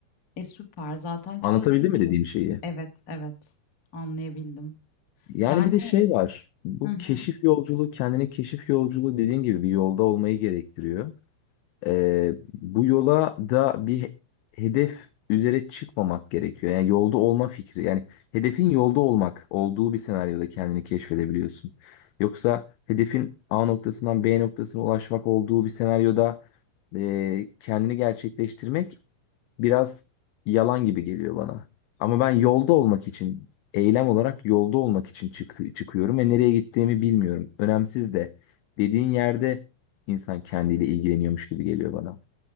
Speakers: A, on the left (about 70°); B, on the left (about 85°).
A: E süper zaten çözmüşsün.
B: Anlatabildim mi dediğim şeyi?
A: Evet evet anlayabildim.
B: Yani
A: Yani
B: bir de şey var. Bu
A: hı hı.
B: keşif yolculuğu kendine keşif yolculuğu dediğin gibi bir yolda olmayı gerektiriyor. Ee, bu yola da bir hedef üzere çıkmamak gerekiyor. Yani yolda olma fikri. Yani hedefin yolda olmak olduğu bir senaryoda kendini keşfedebiliyorsun. Yoksa hedefin A noktasından B noktasına ulaşmak olduğu bir senaryoda e, kendini gerçekleştirmek biraz yalan gibi geliyor bana. Ama ben yolda olmak için, eylem olarak yolda olmak için çıktı, çıkıyorum ve nereye gittiğimi bilmiyorum. Önemsiz de dediğin yerde insan kendiyle ilgileniyormuş gibi geliyor bana.